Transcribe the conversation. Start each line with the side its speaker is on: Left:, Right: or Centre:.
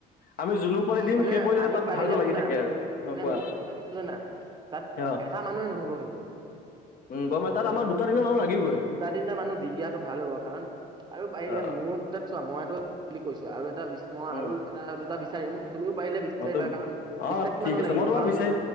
Left: আমি যোনবোৰ পোৱালি দিম
Right: মানে
Left: সেই পোৱালি
Right: আমি
Left: তাত
Right: পাৰিলে
Left: ভালকৈ লাগি
Right: শুনা
Left: থাকে আৰু। এনেকুৱা
Right: মানে মই কি ভাবিছো জানা? তাত
Left: অ
Right: এটা মানুহে নহব কিন্তু।
Left: উম, গম তাত আমাৰ <unintelligible> <unintelligible> মাহ মান লাগিবই।
Right: দুটা তিনিটা মানুহ দি দিয়াটো ভাল হ'ব কাৰণ আৰু পাৰিলে
Left: অ
Right: মঠ চোৱা মইটো <unintelligible> বুলি কৈছোঁ। আৰু এটা মই
Left: উম
Right: আৰু এটা দুটা বিচাৰিম, তুমিও পাৰিলে বিচাৰিবা
Left: অ
Right: কাৰণ
Left: অ
Right: বিশ্বাসী
Left: ঠিক
Right: মানুহ
Left: আছে
Right: লাগিব।
Left: মই তোমাক
Right: কাৰণ
Left: বিচাৰি